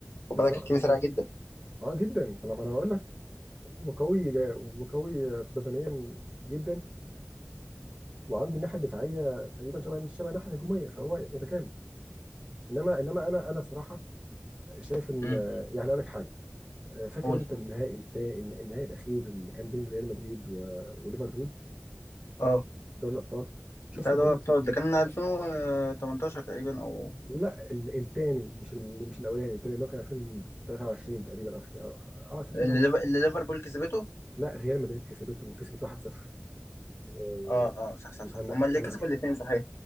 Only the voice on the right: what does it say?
بالظبط
آه.
اه جدا انا انا بقول لك هو قوي جا- وقوي بدنيا جدا وعنده الناحيه الدفاعيه تقريبا شبه شبه الناحيه الهجوميه فهو متكامل انما انما انا انا صراحه شايف ان
يعني اقول لك حاجه آه، فاكر
انت النهائي بتاع النهائي الاخير اللي كان بين ريال مدريد و- وليفربول
دوري الابطال شفت
الجون
ال-
آه.
لا ال- التاني مش ال- مش الاولاني التاني اللي هو كان 2023 تقريبا او في- اه 2023
لا ريال مدريد كسبته وكسبت 1-0 آه،
انا
انا